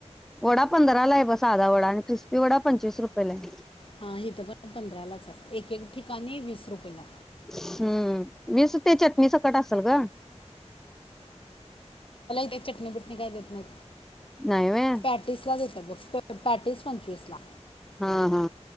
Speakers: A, in the centre; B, on the left (about 50°).
A: वडा पंधरा ला आहे ब साधा वडा क्रिस्पी वडा पंचवीस रुपयला हे.
B: हा हीथ पण पंधरालाच आहे, एक एक ठिकाणी वीस रुपयला.
A: हम्म वीस ते चटणी सकट असल गं.
B: ते चटणी बिटणी काय देत नाहीत.
A: नाही व्हय
B: पॅटीसला देतात बघ. प- पॅटीस पंचवीसला
A: हा हा